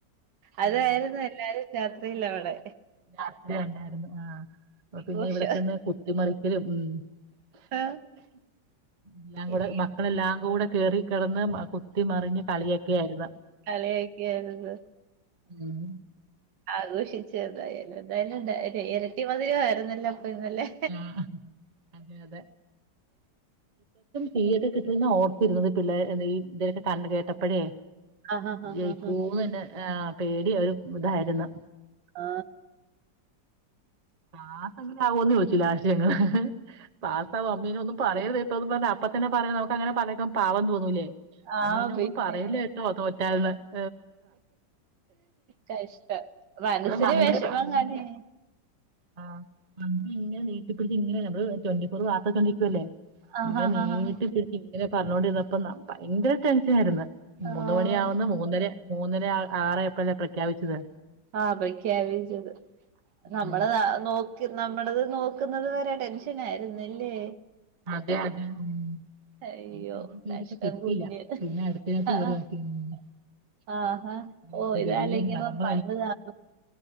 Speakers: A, on the right; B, on the right.
A: അതായിരുന്നു
B: ഉം
A: എല്ലാരും രാത്രിയില്ല അവിടെ
B: രാത്രി ഉണ്ടായിരുന്നു ആ
A: ആഘോഷം
B: പിന്നെ ഇവിടക്കന്ന് കുത്തിമറി പിന്ന ഉ <unintelligible>
A: ആഹ്
B: എല്ലാം കൂടെ
A: ഇനി
B: മക്കളെല്ലാം കൂടെ കയറി കിടന്ന് മ കുത്തിമറിഞ്ഞ് കളിയൊക്കെ ആയിരുന്നു
A: കളിയാക്കിയായിരുന്നു
B: ഉം
A: ആഘോഷിച്ച് ഏതായാലും അതല്ല ഇരട്ടി വ <unintelligible> ആര്മായിരുന്നല്ലോ <unintelligible> ഇന്നല്ലേ
B: ആഹ് അതെ അതെ തീയൊക്കെ കിട്ടുന്ന ഓർത്തിരുന്നത് പിള്ളേർ ഇതൊക്കെ കണ്ട് കേട്ടപ്പോഴേ
A: ആഹ് ആഹ്
B: ജയിക്കുമോന്ന്
A: ആഹ്
B: തന്നെ ആ പേടി ഒരു ഇതായിരുന്നു
A: ആ
B: ആ സങ്കടമാകുമോന്ന് ചോദിച്ചില്ല ആശയങ്ങള് പാസ്താ മമ്മീനേ ഒന്നും പറയരു അ അപ്പ തന്നെ പറയാ നമുക്കങ്ങനെ പറയുമ്പോ പാവം തോന്നും
A: ആഹ്
B: അമ്മേനെ
A: പിന്നെ
B: ഒന്നും പറയല്ലേ കേട്ടോ തോ ത <unintelligible>
A: കഷ്ടം മനസിന്
B: അത് മന്ത്രി
A: ‌വിഷമം
B: അങ്ങനെ
A: കാണുമേ
B: ആഹ് അമ്മ ഇങ്ങന നീട്ടിപ്പിടിച്ച് നമ്മള് ട്വന്റി ഫോർ വാർത്ത കണ്ടിരിക്കുകയല്ലേ
A: ആഹ്
B: ഇങ്ങ നീ
A: ആഹ് ആഹ്
B: ഇട്ട പിടുത്തി ഇങ്ങനെ പറഞ്ഞു കൊണ്ട് ഇരുന്നപ്പോ ഭയങ്കര ടെൻഷനായിരുന്നു
A: ആഹ്
B: മൂന്ന് മണി ആകുന്നു മൂന്നറ മൂന്നര ആറ എപ്പോഴ ക വച്ചുതാ
A: ആ പ്രഖ്യാപിച്ചത്
B: ഉം
A: നമ്മള് ന നോ നമ്മടത് നോക്കുന്നത് വരെ ടെൻഷൻ ആയിരുന്നില്ലേ
B: അതേ അത മ്
A: അയ്യോ
B: ആദ്യം കേറിയപ്പോ
A: കഷ്ടം
B: കിട്ടില്ലാ
A: കുഞ്ഞ്
B: പിന്നെ അടുത്തേനകത്ത്
A: ആഹ്
B: കയറി നോക്കി പിന്നേ
A: ആഹാ ഓ
B: അങ്ങനെ
A: ഇത്
B: വലിയൊരു
A: ആലോചിക്കുമ്പോ
B: കടമ്പ കഴിഞ്ഞു
A: പണ്ട് ഇതാണ്